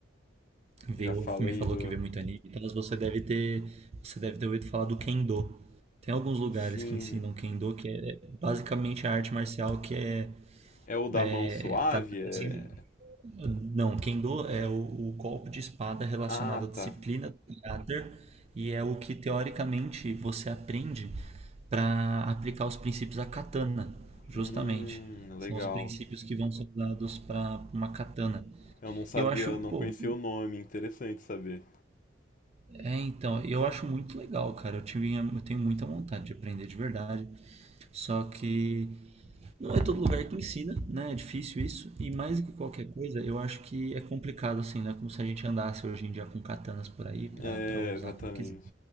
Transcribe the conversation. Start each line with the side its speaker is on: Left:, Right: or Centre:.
Right: Viu,
Left: Já falei
Right: me falou
Left: do.
Right: que vê muito anime, então mas você deve ter, você deve ter ouvido falar do Kendo. Tem alguns lugares
Left: Sim.
Right: que ensinam Kendo, que é basicamente a arte marcial que é,
Left: É o da mão
Right: é,
Left: suave?
Right: tá,
Left: É.
Right: assim, não, Kendo é o, o golpe de espada relacionado
Left: Ah,
Right: à disciplina
Left: tá.
Right: do caráter e é o que teoricamente você aprende para aplicar os princípios da katana, justamente.
Left: Hum, legal.
Right: São os princípios que vão ser usados para uma katana.
Left: Eu não sabia,
Right: Eu acho,
Left: não
Right: pô,
Left: conhecia o nome, interessante saber.
Right: É, então, eu acho muito legal, cara. Eu tinha, eu tenho muita vontade de aprender de verdade. Só que não é todo lugar que ensina, né? É difícil isso. E mais do que qualquer coisa, eu acho que é complicado, assim, né? Como se a gente andasse hoje em dia com katanas por aí pra,
Left: É,
Right: pra usar
Left: exatamente.
Right: quando quiser.